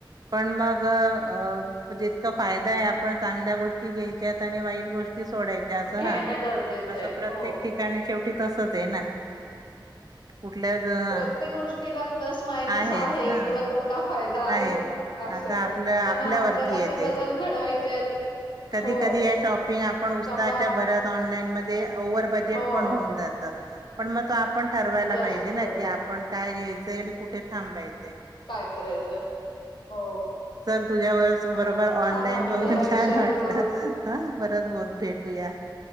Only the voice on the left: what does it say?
घेणं
गरजेचं
आहे
हो
प्रत्येक गोष्टीला प्लस मायनस
आहे
किंवा तोटा फायदा
असं
आहे
पण
आपल्याला
बदल घडवायचे आहेत
हो
त्यामुळे आप
हो
जास्त
करतो
काय करायचं हो
चालेल छान
वाटलं
ह्या विषयावर
बोलून.